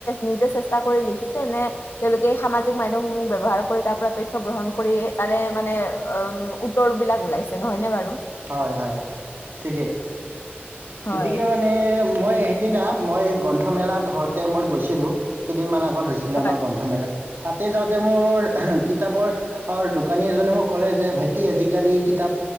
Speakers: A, on the left; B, on the right.
A: নিজে চেষ্টা কৰি লিখি তেনে তেওঁলোকে সামাজিক মাধ্যমসমূহ ব্যৱহাৰ কৰি তাৰ পৰা তথ্য গ্ৰহণ কৰিয়ে তাৰে মানে অ' উম, উত্তৰবিলাক ওলাইছে নহয়নে বাৰু?
B: হয়, হয় ঠিকেই।
A: হয়
B: গতিকে মানে মই সেইদিনা মই গ্ৰন্থমেলাত হওঁতে মই গৈছিলোঁ। কেইদিনমান আগত হৈছিলে
A: হয়
B: আমাৰ গ্ৰন্থমেলা। তাতে যাওঁতে মোৰ কিতাপৰ অ' দোকানী এজনে মোক ক'লে যে ভাইটি আজিকালি কিতাপ